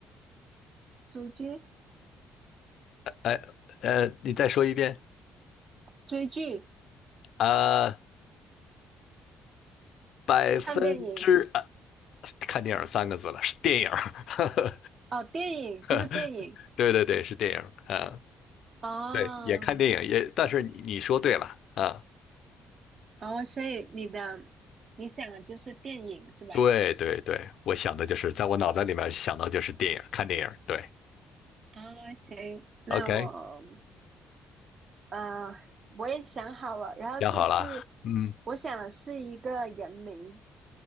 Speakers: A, on the right; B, on the left.
A: 追剧、
B: 呃呃，你再说一遍
A: 追剧、
B: 啊，百分之呃
A: 看电影
B: 看电影三个字了，是电影儿。
A: 哦，电影就是电影
B: <laughs> 对对对，是电影啊。呃
A: 哦
B: 对，也看电影，也，但是你你说对了啊，
A: 哦，所以你的你想的就是电影是吧？
B: 对对对，我想的就是在我脑袋里面想到就是电影，看电影，对
A: 啊、行，那我
B: ，OK，
A: 呃我也想好了，然后这次
B: 想好了，嗯，
A: 我想的是一个人名，